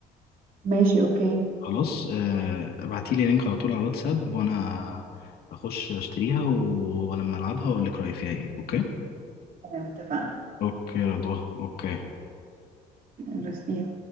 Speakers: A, on the right; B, on the left.
A: ماشي اوكي
B: خلاص آه، ابعتيلي لينك على طول على واتساب وانا اخش اشتريها و- ولما العبها واقول لك رايي فيها ايه اوكي
A: تمام اتفقنا
B: اوكي يا رضوى اوكي
A: نرسيها